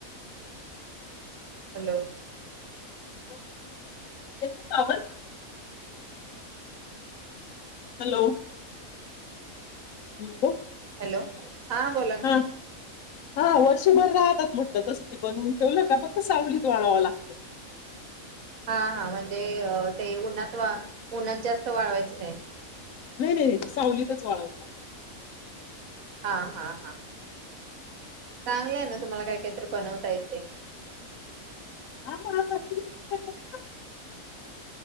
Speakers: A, on the right; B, on the left.
A: हॅलो
B: हॅलो येतोय का आवाज हॅलो हॅलो
A: हॅलो हा बोला ना
B: हा हा व वर्षभर राहतात म्हटलं तसं ते बनवून ठेवलं का फक्त सावलीत वाळवावं लागतं
A: हा हा म्हणजे ते उन्हात वा उन्हात जास्त वाळवायचं नाही
B: नाही नाही नाही ते सावलीतच वाळवतात.
A: हा हा हा चांगलंय ना तुम्हाला काय काहीतरी बनवता येते
B: आ आता तु